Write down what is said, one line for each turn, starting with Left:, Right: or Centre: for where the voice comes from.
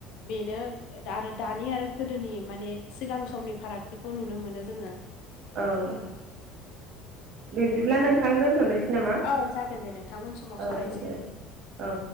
Left: बेनो आरो दानि आरो गोदोनि माने सिगां समनि फारागथिखौ नुनो मोनो जोंङो।
Right: औ। बिदिब्ला नोंथां दोनथ'नोसै। नामा
Left: औ जागोन दे नोंथां उन समाव
Right: औ
Left: सावरायसै।
Right: दे औ।